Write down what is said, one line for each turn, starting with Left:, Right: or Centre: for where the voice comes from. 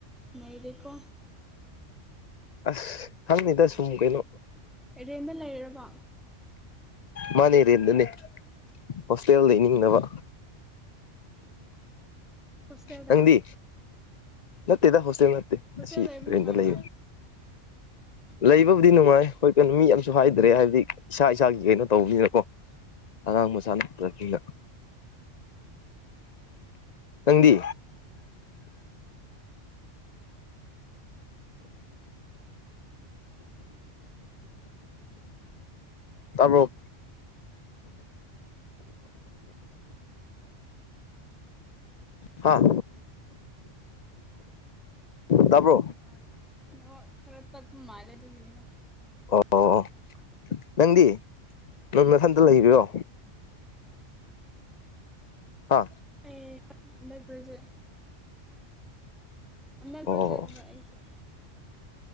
Centre: ꯅꯩꯔꯦꯀꯣ
Left: ꯑꯁ ꯈꯪꯗꯦꯗ ꯁꯨꯨꯝ ꯀꯩꯅꯣ
Centre: ꯔꯦꯟꯗ ꯂꯩꯔꯕꯣ
Left: ꯃꯥꯅꯦ ꯔꯦꯟꯗꯅꯦ ꯍꯣꯁꯇꯦꯜ ꯂꯩꯅꯤꯡꯗꯕ꯫
Centre: ꯍꯣꯁꯇꯦꯜꯗ
Left: ꯅꯪꯗꯤ ꯅꯠꯇꯦꯗ ꯍꯣꯁꯇꯦꯜ ꯅꯠꯇꯦ
Centre: ꯍꯣꯁꯇꯦꯜ
Left: ꯑꯁꯤ
Centre: ꯂꯩꯕ ꯅꯨꯡꯉꯥꯏꯕ꯭ꯔꯥ
Left: ꯔꯦꯟꯗ ꯂꯩ꯫ ꯂꯩꯕꯕꯨꯗꯤ ꯅꯨꯡꯉꯥꯏ ꯍꯣꯏ ꯀꯩꯅꯣ ꯃꯤ ꯌꯥꯝꯁꯨ ꯍꯥꯏꯗ꯭ꯔꯦ ꯍꯥꯏꯕꯗꯤ ꯏꯁꯥ ꯏꯁꯥꯒꯤ ꯀꯩꯅꯣ ꯇꯧꯕꯅꯤꯅꯀꯣ꯫ ꯑꯉꯥꯡ ꯃꯆꯥ ꯅꯠꯇꯔꯕꯅꯤꯅ ꯅꯪꯗꯤ ꯇꯥꯕꯔꯣ ꯍꯥ ꯇꯥꯕ꯭ꯔꯣ?
Centre: ꯑ ꯅꯦꯠꯋꯥꯔꯛ ꯈꯔ ꯇꯠꯄ ꯃꯥꯂꯦ ꯑꯗꯨꯒꯤꯅꯦꯗ꯫
Left: ꯑꯣ ꯑꯣ ꯅꯪꯗꯤ ꯅꯪ ꯅꯊꯟꯇ ꯂꯩꯔꯤꯔꯣ? ꯍꯥ
Centre: ꯑꯩ ꯍꯟꯗꯛ ꯒ꯭ꯔꯦꯖꯨꯌꯦꯠ ꯍꯟꯗꯛ ꯒ꯭ꯔꯦꯖꯨꯌꯦꯠ
Left: ꯑꯣ
Centre: ꯑꯩꯁꯨ꯫